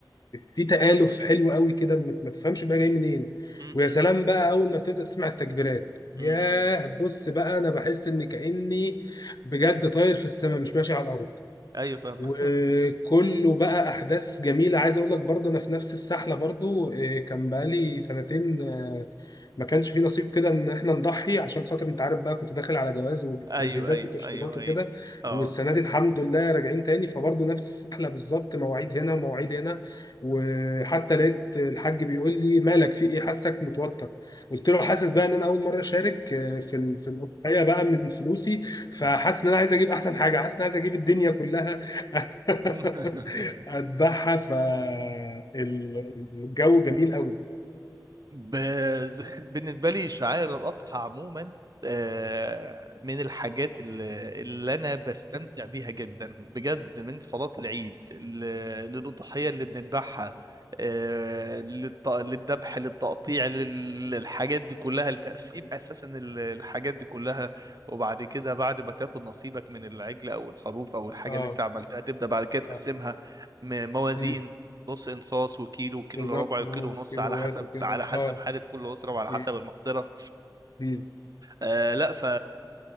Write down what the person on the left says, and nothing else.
في تآلف حلو قوي كده ما ما تفهمش بقى جاي منين
ويا سلام بقى أول ما بتبدأ تسمع التكبيرات ياه
بص بقى أنا بحس إن كأني بجد طاير في السماء مش ماشي على الأرض
وكله
بقى احداث جميله عايز اقول لك برضه انا في نفس السحله برضه آه، كان بقالي سنتين آه، ما كانش في نصيب كده ان احنا نضحي عشان خاطر انت عارف بقى كنت داخل على جواز والتجهيزات
والتشطيبات
وكده
والسنه دي الحمد لله راجعين تاني فبرضه نفس السحله بالظبط مواعيد هنا ومواعيد هنا وحتى لقيت الحاج بيقول لي مالك في ايه حاسك متوتر قلت له حاسس بقى ان انا اول مره اشارك آه، في ال- في الاضحيه بقى من فلوسي فحاسس
ان انا عايز اجيب احسن حاجه حاسس ان انا عايز اجيب الدنيا كلها
<laughs> اتبعها فالجو جميل قوي
<laughs>
اه
اه
مم.
بالظبط
وكيلوات
وكده
اه
مم.
مم.